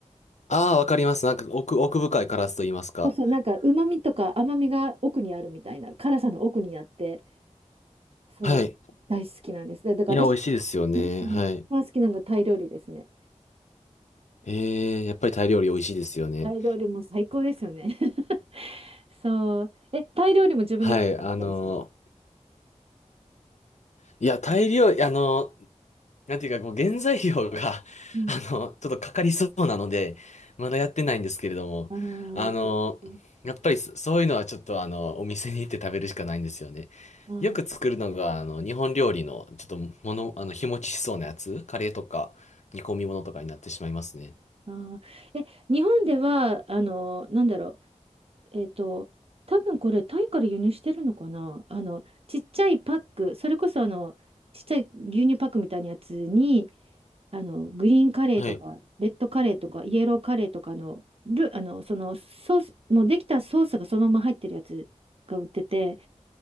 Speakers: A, on the left; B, on the right.
A: ああ、わかります。なんか奥、奥深い辛さと言いますか。
B: そうそう、なんか旨味とか甘みが奥にあるみたいな、辛さの奥にあって、そう、
A: はい。
B: 大好きなんです。だだから私、
A: いや、美味しいですよね。
B: うん一番好きなのはタイ料理ですね。
A: はい。ええ、やっぱりタイ料理美味しいですよね。
B: タイ料理も最高ですよね。<laughs> そう。え、タイ料理も自分で作ったりする。
A: はい、あの、いや、タイ料理、あの、なんていうか、こう、原材料が、<laughs>
B: うん。
A: あの、ちょっとかかりそうなので、まだやってないんですけれども、
B: あ
A: あの、
B: あ、そっか。
A: やっぱりそそういうのはちょっと、あの、お店に行って食べるしかないんですよね。
B: ああ。
A: よく作るのが、あの、日本料理の、ちょっと、もの、あの、日持ちしそうなやつ、カレーとか、煮込み物とかになってしまいますね。
B: あー、え、日本では、あの、なんだろう、えっと、多分これ、タイから輸入してるのかなあの、ちっちゃいパック、それこそ、あの、ちっちゃい牛乳パックみたいなやつに、あの、グリーンカレーとか、
A: はい。
B: レッドカレーとか、イエローカレーとかの、ル、あの、そのソース、もうできたソースがそのまま入ってるやつが売ってて、